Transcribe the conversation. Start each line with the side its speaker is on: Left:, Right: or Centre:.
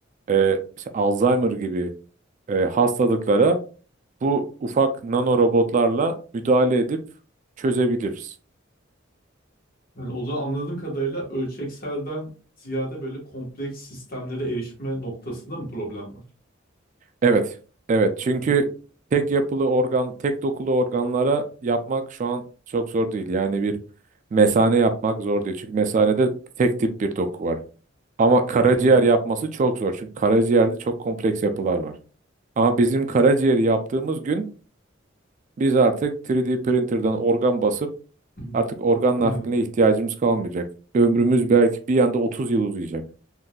Right: e, işte Alzheimer gibi e, hastalıklara bu ufak nano robotlarla müdahale edip çözebiliriz.
Left: Yani o da anladığım kadarıyla ölçekselden ziyade böyle kompleks sistemlere erişme noktasında mı problem var?
Right: Evet. Evet. Çünkü
Left: Hı.
Right: tek yapılı organ, tek dokulu organlara yapmak şu an çok zor değil. Yani bir mesane yapmak zor değil. Çünkü mesanede tek tip bir doku var. Ama karaciğer
Left: Hı.
Right: yapması çok zor. Çünkü karaciğerde çok kompleks yapılar var. Ama bizim karaciğeri yaptığımız gün biz artık 3D printer'dan organ basıp
Left: Hı.
Right: artık organ
Left: Hı.
Right: nakline ihtiyacımız kalmayacak. Ömrümüz belki bir anda 30 yıl uzayacak.